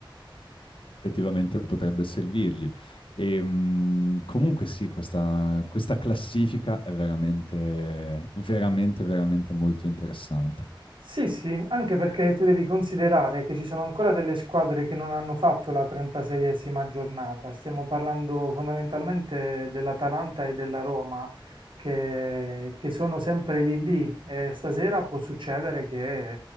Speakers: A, on the left; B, on the right.
A: effettivamente potrebbe servirgli. E, mh, comunque sì, questa, questa classifica è veramente, veramente, veramente molto interessante.
B: Sì, sì, anche perché tu devi considerare che ci sono ancora delle squadre che non hanno fatto la 36esima giornata. Stiamo parlando fondamentalmente dell'Atalanta e della Roma, che, che sono sempre lì lì. E stasera può succedere che